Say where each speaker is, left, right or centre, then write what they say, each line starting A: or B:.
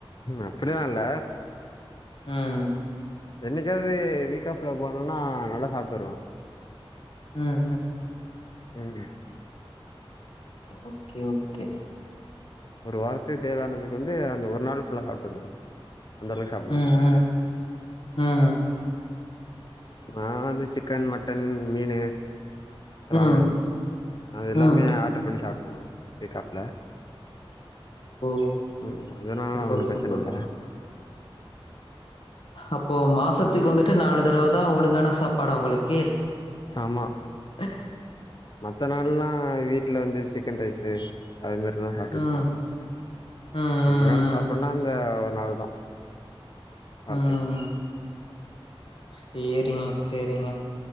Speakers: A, on the left; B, on the left.
A: அப்டியல்லா இல்ல
B: ம்
A: என்னெக்காவது வீக் ஆஃப்ல போனேனா நல்லா சாப்ட்டு வருவே
B: ம் ம்
A: ம்
B: ஓகே ஓகே
A: ஒரு வாரத்துக்கு தேவையானது வந்து அந்த ஒரு நாள் ஃபுல்லா சாப்ட்டு வந்துருவே அந்த அளவுக்கு சாப்டுவே
B: ம் ம் ம்
A: நா வந்து சிக்கன் மட்டன் மீனு பிரானு
B: ம்
A: அது எல்லாமே
B: ம்
A: ஆர்ட்ரு பண்ணி சாப்ட்ருவே வீக் ஆஃப்ல
B: ஓ
A: ம் அதுனால
B: சூப்பர்
A: ஒன்னு
B: சூப்பர்
A: பிரச்சன இல்ல
B: அப்போ மாசத்துக்கு வந்துட்டு நாலு தடவதா ஒழுங்கான சாப்பாடா ஒங்களுக்கு
A: ஆமா
B: ஹ
A: மத்த நாள்லா வீட்டுல வந்து சிக்கன் ரைஸு அது மாரிதா சாப்ட்டு
B: ம்
A: இருப்பே
B: ம் ம்
A: ஒழுங்கான சாப்படுனா அங்க ஒரு நாள் தா வாரத்துக்கு
B: ம் சேரிங்க சேரிங்க